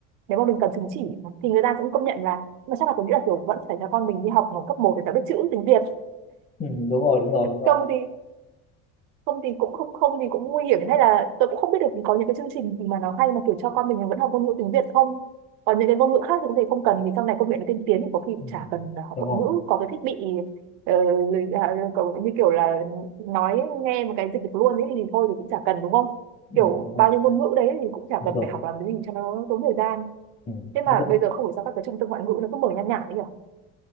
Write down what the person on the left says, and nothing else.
ừ, đúng rồi đúng rồi đúng rồi
ừ,
đúng
rồi
ừ,
đúng
rồi
đúng
rồi
ừ,
đúng rồi